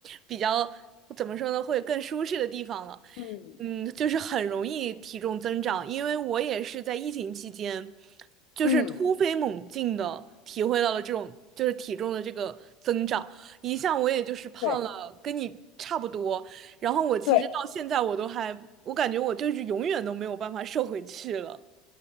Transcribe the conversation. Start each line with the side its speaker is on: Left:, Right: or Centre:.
Right: 比较，怎么说呢，会更舒适的地方了。
Left: 嗯
Right: 嗯，就是很容易体重增长，因为我也是在疫情期间，就是突飞猛进的体会到了这种就是体重的这个增长，
Left: 嗯，
Right: 一向我也就是胖了跟你差不多，
Left: 对
Right: 然后我其实到现在我都还，
Left: 对。
Right: 我感觉我就是永远都没有办法瘦回去了。